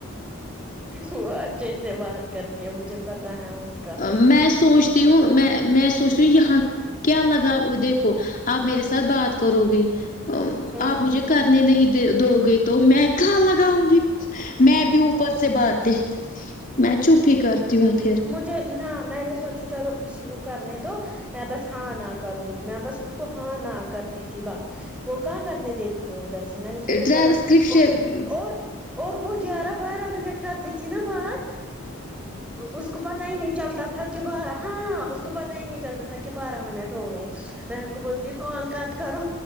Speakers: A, in the centre; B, on the left (about 35°).
A: وہ اچھے سے بات کرتی ہے مجھے پتا ہے اس کا
B: میں سوچتی ہوں میں میں سوچتی ہوں یہاں کیا لگا دیکھو آپ میرے ساتھ بات کرو گے
A: ہوں
B: آپ مجھے کرنے نہیں دو گئی تو میں کاں لگاؤں گی میں بھی اوپر سے باتیں میں چپکے کرتی ہوں پھر
A: نہ میں نے سوچا چلو اسی کو کرنے دو میں بس ہاں نہ کروں گی میں بس اس کو ہاں نہ کرتی تھی بس وہ کہاں کرنے دیتے ادھر سے میں نے سوچا
B: ٹرانسکرپشن
A: چلو اور اور اور وہ گیارہ بارہ منٹ کر تئ تھی نا باتھ اس کو پتا ہی نہیں چلتا تھا کہ بارہ ہاں اس کو پتا ہی نہیں چلتا تھا کہ بارہ منٹ ہو گئے میں اںکو بولتی کال کٹ کرو